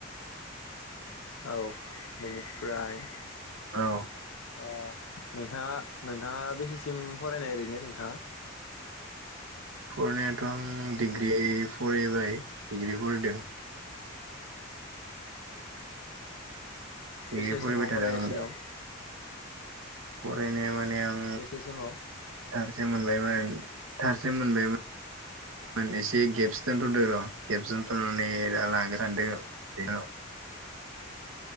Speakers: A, on the left (about 80°); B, on the right (about 70°).
A: औ बेनिफ्राय
B: औ।
A: ओ नोंथाङा नोंथाङा बेसेसिम फरायनाय ओरैनो नोंथाङा?
B: फरायनायाथ' आं डिग्रि फरायबाय डिग्रि फरायदों। डिग्रि
A: बेसेसेमाव
B: फरायबाय थादों
A: फरायगासिनो
B: आं दा
A: दं?
B: फरायनाया माने आं
A: बेसे सिमाव
B: दारजे मोनबायमोन। थारसेम मोनबायमोन आं एसे गेबस दोनथ'दो र' गेबस दोनथ'नानै दा लागोन सानदों बे <unintelligible>